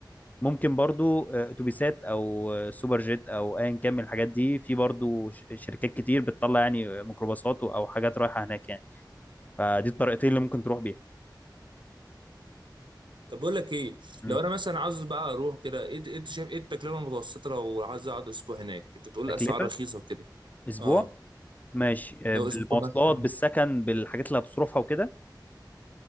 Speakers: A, on the left; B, on the right.
A: ممكن برضو آه، اتوبيسات او آه، سوبر جيت او ايا كان من الحاجات دي في برضو ش- شركات كتير بتطلع يعني ميكروباصات او حاجات رايحه هناك يعني فدي الطريقتين اللي ممكن تروح بيها
B: طب بقول لك ايه
A: مم.
B: لو انا مثلا عاوز بقى اروح كده ايه إيه انت شايف ايه التكلفه المتوسطه لو عايز اقعد اسبوع هناك انت بتقول
A: تكلفه
B: لي اسعار رخيصه وكده
A: اسبوع
B: اه
A: ماشي آه،
B: لو
A: بالمواصلات
B: اسبوع مثلا
A: بالسكن بالحاجات اللي هتصرفها وكده